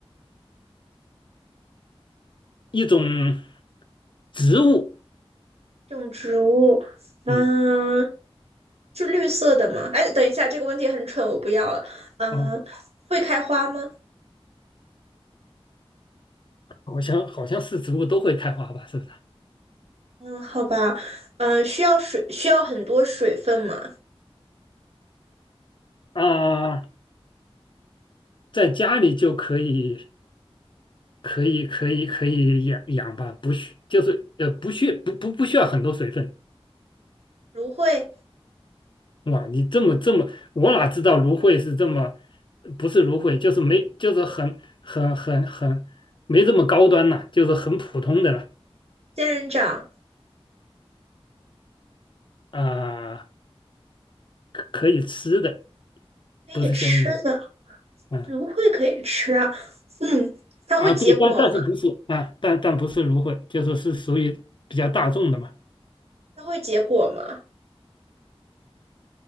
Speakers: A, on the left; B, on the right.
A: 一种植物，
B: 种植物，嗯，
A: 嗯
B: 是绿色的吗？哎，等一下，这个问题很蠢，我不要了。嗯，
A: 嗯，
B: 会开花吗？
A: 好像好像是植物都会开花吧，是不是？
B: 嗯，好吧。嗯，需要水，需要很多水分吗？
A: 啊、在家里就可以可以可以可以养养吧，不需就是呃不需不不不需要很多水分。
B: 芦荟、
A: 哇，你这么这么，我哪知道芦荟是这么，不是芦荟，就是没就是很很很很没这么高端呐、就是很普通的了
B: 仙人掌
A: 啊。可可以吃的，
B: 可以吃的，
A: 不是仙人掌。啊
B: 芦荟可以吃啊。嗯，它会结果吗？
A: 啊，对，但但是不是啊，但但不是芦荟，就是是属于比较大众的嘛。
B: 它会结果吗？